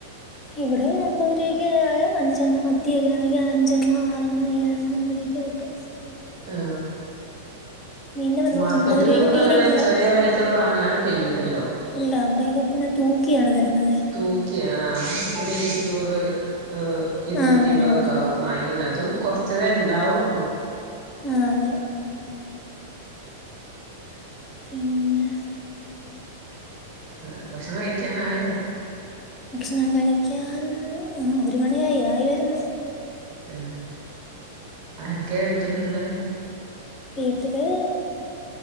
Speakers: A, on the left; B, on the right.
A: ഇവിടെയും അമ്പത് രൂപയ്ക്ക് അഞ്ചെണ്ണം മത്തിയൊക്കെ ആണെങ്കിൽ അഞ്ചെണ്ണം ആറെണ്ണം ഏഴെണ്ണം അങ്ങനൊക്കെ കിട്ടു
B: ആ
A: മീനിന് വന്നു
B: മാർക്കറ്റ്
A: അമ്പത് രൂപയ്ക്ക്
B: നമുക്ക്
A: മീനില്ല
B: അങ്ങനെ ചെറിയ വിലക്കവിടെ വാങ്ങാനും കഴിയൂലല്ലോ,
A: ഇല്ല അവിടെയൊക്കെ പിന്നെ തൂക്കിയാണ് തരുന്നത്
B: തൂക്കിയാ ആ അപ്പ പിന്നെ ഇരുന്നൂറ് ആ ഇരുന്നൂറ്റി
A: ആഹ് അങ്ങനെ
B: അമ്പതൊക്കെ
A: പോവും
B: ആവും വാങ്ങിക്കൊണ്ട് അതും കുറച്ച ച്ചത് ഇണ്ടാവുള്ളു
A: അ അതെ പിന്നെ
B: ആ ഭക്ഷണം കഴിക്കൻ ആയോ
A: ഭക്ഷണം കഴിക്കാൻ ഒരു മണിയായി, ആയി വരുന്നു
B: ഉം ആരക്കെയാ വീട്ടിലൊള്ളേ
A: വീട്ടില്